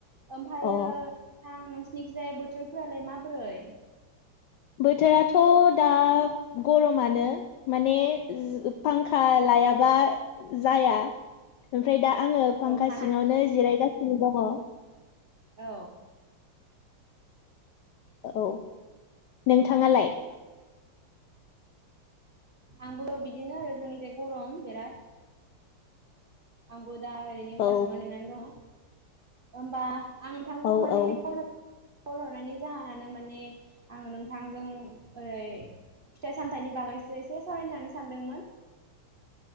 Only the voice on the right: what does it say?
ओमफायो
थां खिनिजाय बोथोरफोरालाय माबोरै
औ थानो
औ
आंबो बिदिनो आरो जोंनिजाय गरम बिराद आंबो दा ओरैनो
फाखा सिङाव जिरायनानै दङ। ओमबा आं नोंथांखौ
माने
कल कल हरनायनि जाहोनानो माने आंङो नोंथांजों ओरै फिथाइ-सामथायाइनि बागैसो एसे सावरायज्लायनो सानदोंमोन।